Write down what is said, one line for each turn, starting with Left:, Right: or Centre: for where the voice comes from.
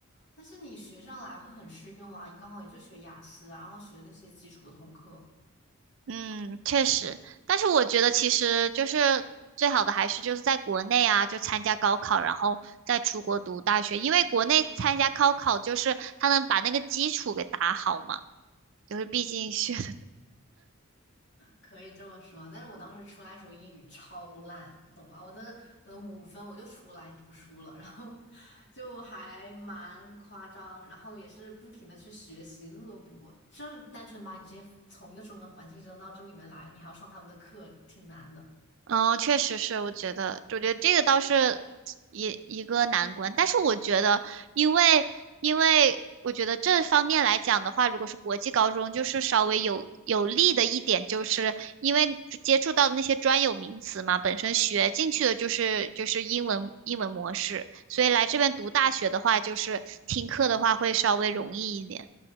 Left: 但是你学上来会很适用啊，你刚好也就学雅思啊然后学那些基础的通课，
Right: 嗯，确实，但是我觉得其实就是最好的还是就是在国内啊，就参加高考，然后再出国读大学，因为国内参加高考就是他能把那个基础给打好嘛，就是毕竟是 <laughs>
Left: 可以这么说。但是我当时出来的时候英语超烂，你懂吗？我真的可能五分我就出来读书了，然后就还蛮夸张，然后也是不停的去学习恶补，就是单纯把你直接从一个中文环境扔到这里面来，你还要上他们的课，挺难的。
Right: 嗯，确实是，我觉得，我觉得这个倒是一一个难关，但是我觉得，因为因为我觉得这方面来讲的话，如果是国际高中，就是稍微有有利的一点，就是因为接触到的那些专有名词嘛，本身学进去的就是就是英文英文模式，所以来这边读大学的话，就是听课的话会稍微容易一点。